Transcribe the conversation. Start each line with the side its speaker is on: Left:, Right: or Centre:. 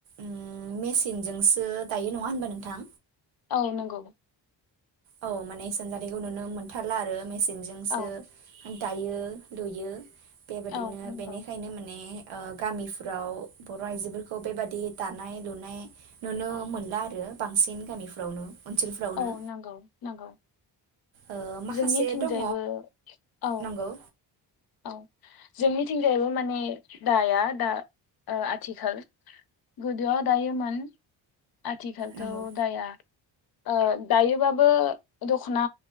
Right: उम मेसिनजोंसो दायो नङा होनबा नोंथां
Left: औ नंगौ
Right: औ माने सानजानायखौ नुनो मोनथारला आरो मे सिंजोंसो
Left: औ
Right: दायो लुयो बेबायादिनो
Left: औ नंगौ
Right: बेनिखायनो माने ओ गामिफ्राव बर' आइजोफोरखौ बेबादि दानाय लुनाय नुनो मोनला आरो बांसिन गामिफ्रावनो ओनसोलफ्रावनो
Left: औ नांगौ नंगौ
Right: ओ माखासे
Left: जोंनिथिंजायबो
Right: दङ
Left: औ
Right: नंगौ
Left: औ जोंनिथिंजायबो माने दाया दा ओ आथिखाल गोदोआव दायोमोन। आथिखालथ
Right: नंगौ
Left: दाया ओ दायोबाबो दखना